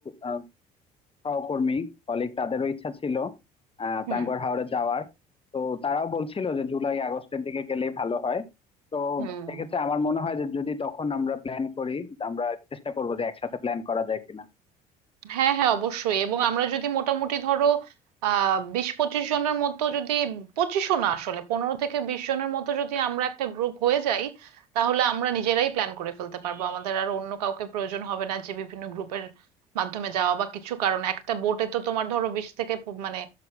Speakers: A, on the left; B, on the right.
A: আহ, সহকর্মী কলিগ তাদেরও ইচ্ছা ছিল আহ
B: হুম
A: টাঙ্গুয়ার হাওরে যাওয়ার তো তারাও বলছিল যে জুলাই আগস্টের দিকে গেলেই ভালো হয় তো
B: হুম
A: সেক্ষেত্রে আমার মনে হয় যে যদি তখন আমরা প্ল্যান করি আমরা চেষ্টা করবো যে একসাথে প্ল্যান করা যায় কিনা
B: হ্যাঁ হ্যাঁ অবশ্যই এবং আমরা যদি মোটামুটি ধরো আহ বিশ পঁচিশ জনের মতো যদি পঁচিশও না আসলে পনেরো থেকে বিশ জনের মতো যদি আমরা একটা গ্রুপ হয়ে যাই তাহলে আমরা নিজেরাই প্ল্যান করে ফেলতে পারবো আমাদের আর অন্য কাউকে প্রয়োজন হবে না যে বিভিন্ন গ্রুপের মাধ্যমে যাওয়া বা কিছু কারণ একটা বোটে তো তোমার ধরো বিশ থেকে প- মানে